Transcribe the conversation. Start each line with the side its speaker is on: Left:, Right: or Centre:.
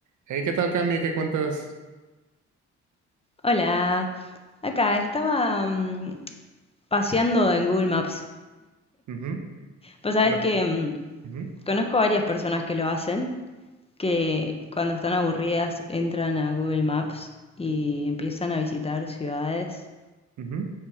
Right: Hey, ¿qué tal, Cami? ¿Qué cuentas?
Left: Hola, acá estaba mm, paseando en Google Maps.
Right: Ujú,
Left: Pues sabes
Right: ¿Qué onda?
Left: que mm,
Right: Ujú,
Left: conozco varias personas que lo hacen, que cuando están aburridas entran a Google Maps y empiezan a visitar ciudades.
Right: ujú.